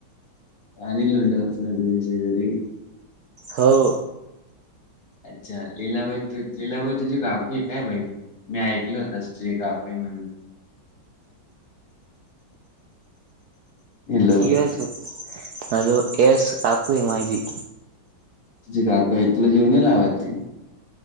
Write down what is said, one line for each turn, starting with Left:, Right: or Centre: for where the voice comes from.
Left: अनिल लोंढे <unintelligible> तेच्याशेजारी
Right: हो
Left: अच्छा लीलाबाई तू ललीलाबाई तुझी काकू काय भाई मी ऐकलं होत अस तुजी काकू आहे म्हनून हॅलो
Right: यस हॅलो यस काकू ये माझी
Left: जी काकुय तुला जीव नाही लावत ते